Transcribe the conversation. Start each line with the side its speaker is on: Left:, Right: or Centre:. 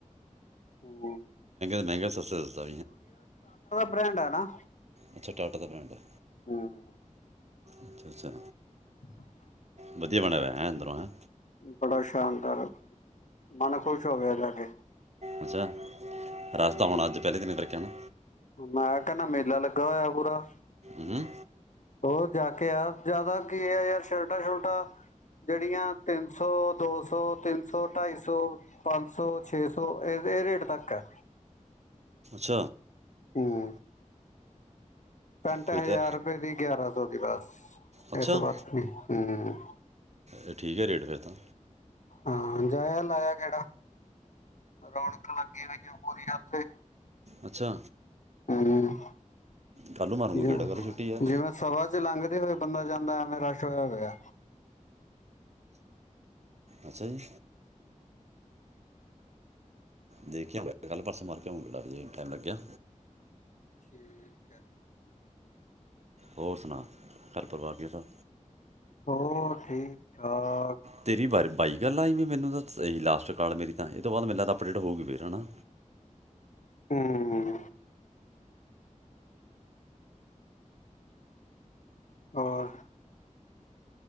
Left: ਹ
Right: ਮੰਹਗਾ- ਸਸਤਾ
Left: ਬ੍ਰੈਂਡ ਹੈ ਨਾ।
Right: ਅੱਛਾ। ਟਾਟਾ ਦਾ ਬ੍ਰੈਂਡ ਹੈ।
Left: ਹੂੰ,
Right: ਅੱਛਾ -ਅੱਛਾ।
Left: <unintelligible>
Right: ਵਧੀਆ ਬਣੇਿਆ ਵ ਹੈਂ, ਅੰਦਰੋਂ ਹੈ।
Left: ਬੜਾ ਸ਼ਾਨਦਾਰ ਮਨ ਖੁਸ਼ ਹੋ ਗਿਆ ਜਾ ਕੇ।
Right: ਅੱਛਾ, ਰਸਤਾ
Left: ਹੂੰ,
Right: ਹੁਣ ਅੱਜ ਪਹਿਲੇ ਦਿਨ ਕਰਕੇ ਆ ਨਾ।
Left: ਮੈਂ ਕਹਿੰਦਾ ਮੇਲਾ ਲੱਗਾ ਹੋਇਆ ਪੂਰਾ
Right: ਹੂੰ
Left: ਹੋਰ ਜਾ ਕੇ। ਕਿਹਾ ਜ਼ਿਆਦਾ ਕੀ ਹੈ ਯਾਰ ਸ਼ਰਟਾਂ-ਸ਼ੁਰਟਾਂ ਜਿਹੜੀਆਂ ਤਿੰਨ ਸੌ, ਦੋ ਸੌ, ਤਿੰਨ ਸੌ, ਢਾਈ ਸੌ, ਪੰਜ ਸੌ, ਛੇ ਸੌ, ਇਹ ਇਹ ਰੇਟ ਤੱਕ ਹੈ।
Right: ਛ
Left: ਹਮ ਪੈਂਟ
Right: ਫਿਰ
Left: ਹਜ਼ਾਰ
Right: ਤਾਂ
Left: ਰੁਪਏ ਦੀ, ਗਿਆਰਾਂ ਸੌ ਦੀ ਬਸ
Right: ਅੱਛਾ
Left: ਇਹ ਤੋਂ ਬਾਧ ਹਮ।
Right: ਇਹ ਠੀਕ ਹੈ ਰੇਟ ਫਿਰ ਤਾਂ
Left: ਹਾਂ, ਜਾਇਆ ਲਾਇਆ ਕਿਹੜਾ ਰੌਣਕ ਲੱਗੀ ਹੋਈਆਂ ਪੂਰੀਆਂ ਉੱਥੇ।
Right: ਅੱਛਾ।
Left: ਹਮ
Right: ਕੱਲ੍ਹ ਨੂੰ ਮਾਰੂੰਗਾ
Left: ਜਵੇ
Right: ਕਿਹੜਾ ਕੱਲ੍ਹ ਛੁੱਟੀ ਆ
Left: ਜਿਵੇਂ ਸਭਾ ਚ ਲੰਘਦੇ ਹੋਏ ਬੰਦਾ ਜਾਂਦਾ ਮੈਂ ਰਸ਼ ਹੋਇਆ- ਹੋਇਆ।
Right: ਅੱਛਾ ਜੀ। ਦੇਖ ਕੇ ਆ ਕੱਲ ਪਰਸੋਂ ਮਾਰ ਕੇ ਆਊ ਕਿਹੜਾ ਵਜੇ ਟਾਈਮ ਲੱਗਿਆ।
Left: ਠੀਕ ਹੈ।
Right: ਹੋਰ ਸੁਣਾ, ਘਰ ਪਰਿਵਾਰ ਕਿੱਦਾਂ?
Left: ਹੋ ਠੀਕ ਆ।
Right: ਤੇਰੀ ਬ ਬਾਈ ਗੱਲ ਆਈ ਵੀ ਮੈਨੂੰ ਤਾਂ ਇਹੀ ਲਾਸਟ ਕਾਲ ਮੇਰੀ ਤਾਂ ਇਹ ਤੋਂ ਬਾਅਦ ਮੈਨੂੰ ਲਗਦਾ ਅਪਡੇਟ ਹੋ ਗਈ ਫਿਰ ਹੈ ਨਾ।
Left: ਹਮ ਹੋਰ